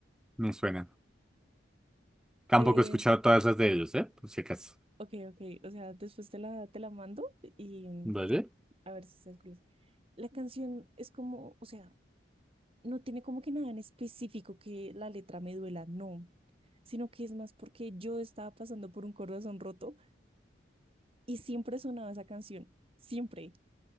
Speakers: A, in the centre; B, on the right.
A: me suena. Tampoco
B: Eh,
A: he escuchado todas las de ellos, ¿eh? Por si acaso.
B: ok, ok. O sea, después te la, te la mando y mm,
A: ¿Vale?
B: a ver si estás feliz. La canción es como, o sea, no tiene como que nada en específico que la letra me duela, no, sino que es más porque yo estaba pasando por un corazón roto y siempre sonaba esa canción, siempre.